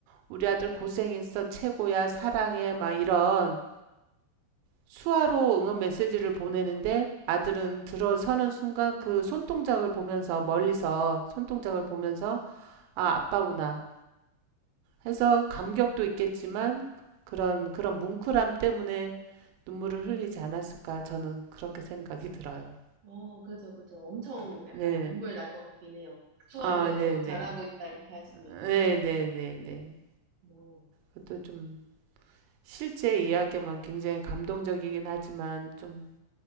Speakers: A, on the right; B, on the right.
A: 우리 아들 고생했어, 최고야, 사랑해, 막 이런 수화로 응원 메시지를 보내는데 아들은 들어서는 순간 그 손동작을 보면서 멀리서 손동작을 보면서 아 아빠구나 해서 감격도 있겠지만 그런 그런 뭉클함 때문에 눈물을 흘리지 않았을까 저는 그렇게 생각이 들어요.
B: 어, 그죠, 그죠. 엄청 약간
A: 네.
B: 눈물 날 것 같긴 해요. 수화로
A: 아,
B: 계속
A: 네네.
B: 잘하고 있다 이렇게 하시면.
A: 네네네네.
B: 어.
A: 그것도 좀 실제 이야기면 굉장히 감동적이긴 하지만 좀